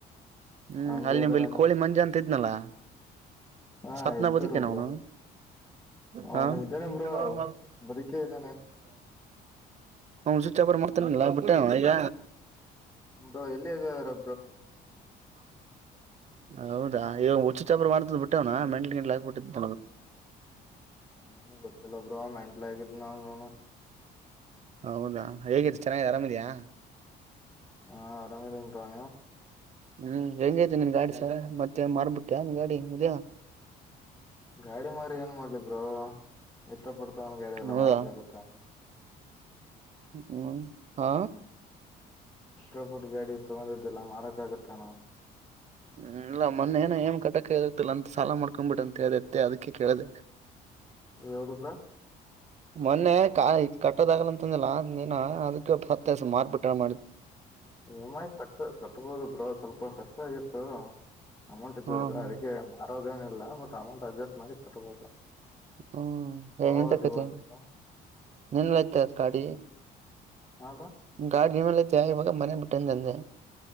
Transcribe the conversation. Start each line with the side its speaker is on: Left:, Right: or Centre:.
Right: ಹ್ಮ್
Left: ಹಂಗೆ
Right: ಅಲ್ಲಿ ನಿಮಲ್ಲಿ
Left: ಇದಾರ ನಮ್
Right: ಕೋಳಿ ಮಂಜು ಅಂತ ಇದ್ನಲ್ಲಾ
Left: ಹಾ
Right: ಸತ್ನ
Left: ಇದ್ದರು
Right: ಬದ ಕೆ ನವುನು
Left: ಬ್ರೋ ಅವನು
Right: ಹ <unintelligible>
Left: ಇದ್ದಾನೆ ಬ್ರೋ ಬದುಕೇ ಇದ್ದಾನೆ
Right: ಮಾಡ್ತನಲ್ಲ ಬಿಟ್ಟು ಈಗ
Left: ಬ್ರೋ ಎಲ್ಲೇ ಯಾರು
Right: ಹೌದಾ ಇವ ಹುಚ್ಚು ಚಾಪರ್ ಮಾಡ್ತದ್ ಬಿ ಟ್ಟ
Left: ಹ್ಮ ಗತ್ತಲ್ಲ ಬರ ಮೆಂಟಲ್ ಆಗಿದ್ದನ್ನ ನೋ
Right: ಹೌದಾ ಹೇಗತ್ತು ಚೆನ್ನಾಗಿಗಿದೆ ಆರಾಮಿದ್ಯಾಾ
Left: ಹಾ ಆರಾಮೇದ ಉಂಟವಾ ನೀವು
Right: ಹ್ಮ್ ಹೆೇಂಜ್ ಐ್ತಿ ನಿನ್ ಗಾಡಿ ಸ ಮತ್ತೆ ಮಾರ್ಬಿಟ್ಟ್ಯಾ ನಿನ್ ಗಾಡಿ ಇದ್ಯಾ
Left: ಗಾಡಿ ಮಾರಿ ಏನ್ ಮಾಡ್ಲಿಬರು ಇಷ್ಟ ಪಡ್ತವನ್ ಗಾಡಿ ಎಲ್ಲಾ
Right: ಹೌದಾ
Left: ಮಾರಕ್ ಆಗತ್ತ
Right: ಹ್ಮ್ ಹಾ
Left: ಇಸ್ಟ್ ಪಟ್ ಗಾಡಿ ತೊಗೊಂಡಿದ್ದಿಲ್ಲ ಮಾರಕ್ಕಾಗುತ್ತಣ
Right: ಹ್ಮ ಇಲ್ಲ ಮೊನ್ನೆ ನ ಏನ್ ಕಟಕ ಇತ್ತಲ್ಲ ಅಂತ ಸಾಲ ಮಾಡ್ಕೊಂಡ್ಬಿಟ್ಟ ಅಂತ ಹೇಳ್ದತ್ತ ಅದಕ್ಕೆ ಕೇಳಿದೆ
Left: ಯಾವ್ದಬ್ರಾ
Right: ಮೊನ್ನೆ ಕ ಈ ಕಟ್ಟೋದಾಗಲ್ಲಂತಂದಿಲ್ಲನ ಅದ ಹತ್ತಸ ಮಾರ್ಬಿಟ್ಟ ಮಾಡ
Left: ನಿಮ್ಮಾಯಿ ಕಟ್ಟ ಕಟ್ಬೋದು ಬ್ರೋ ಸ್ವಲ್ಪ ಸೆಕ್ ಆಗಿತ್ತು ಅಮೌಂಟ್ ಇತದಲ್ಲಾ
Right: ಹ್ಮ್ ಹ್ಮ್
Left: ಅದಕ್ಕೆ ಮ ಮಾಡೋದೇನಿಲ್ಲ ಬಟ್ ಅಮೌಂಟ್ ಅಡ್ಜಸ್ಟ್ ಮಾಡಿ ಕಟ್ಬೇಕು
Right: ಹ್ಮ ಹ
Left: ಗೋವಾ
Right: ಎಂತಕತಿ
Left: ಡಿವ್ ಆಗುತ್ತಾ
Right: ನಿನ್ಲಯ್ತ ಅದ ಗಾಡಿ
Left: ಹಾ ಬ್ರೋ
Right: ಇ ಗಾ ಇನಲತೆ ಆಯಭಾಗ ಮರ ಬಿಟ್ಟಂತಂದ